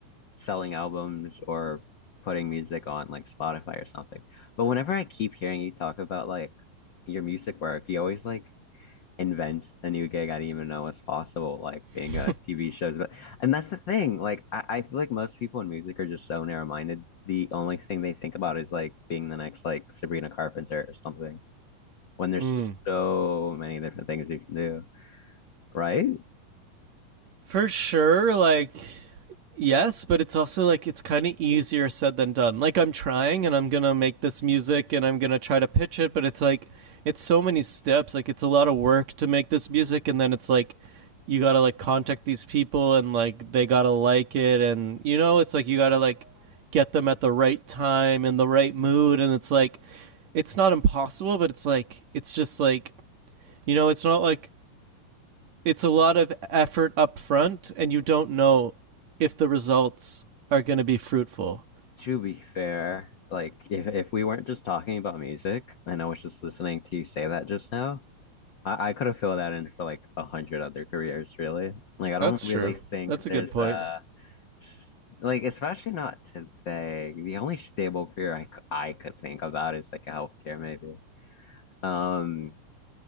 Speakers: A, on the left; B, on the right.
A: selling albums, or putting music on like Spotify or something. But whenever I keep hearing you talk about like your music work, you always like invent a new gig I didn't even know was possible, like
B: <laughs>
A: being a TV shows. But and that's the thing. Like I, I feel like most people in music are just so narrow-minded. The only thing they think about is like being the next like Sabrina Carpenter or something. When there's
B: mm.
A: so many different things you can do, right?
B: For sure, like yes, but it's also like it's kind of easier said than done. Like I'm trying and I'm going to make this music and I'm going to try to pitch it, but it's like it's so many steps. Like it's a lot of work to make this music and then it's like you got to like contact these people and like they got to like it and you know, it's like you got to like get them at the right time and the right mood and it's like it's not impossible, but it's like it's just like you know, it's not like it's a lot of effort up front and you don't know if the results are going to be fruitful.
A: To be fair, like if, if we weren't just talking about music and I was just listening to you say that just now, I, I could have filled that in for like a hundred other careers, really. Like I
B: That's
A: don't really
B: true.
A: think
B: That's a
A: there's
B: good point.
A: a s- like especially not today. The only stable career I, c- I could think about is like a healthcare maybe. Um,